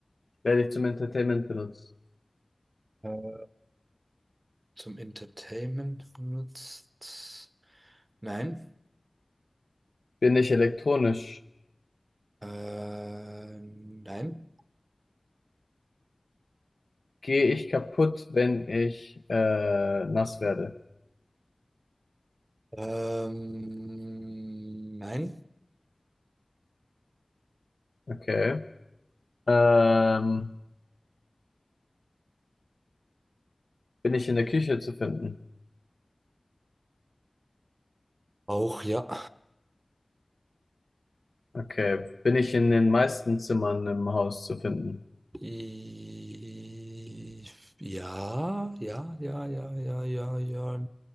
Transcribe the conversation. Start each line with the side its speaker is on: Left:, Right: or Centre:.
Left: werde ich zum Entertainment benutzt?
Right: Äh, zum Entertainment benutzt? Nein.
Left: Bin ich elektronisch?
Right: Äh, nein.
Left: Gehe ich kaputt, wenn ich äh, nass werde?
Right: Ähm, nein.
Left: Okay. Ähm, bin ich in der Küche zu finden?
Right: Auch ja.
Left: Okay. Bin ich in den meisten Zimmern im Haus zu finden?
Right: I- Ja, ja, ja, ja, ja, ja, ja.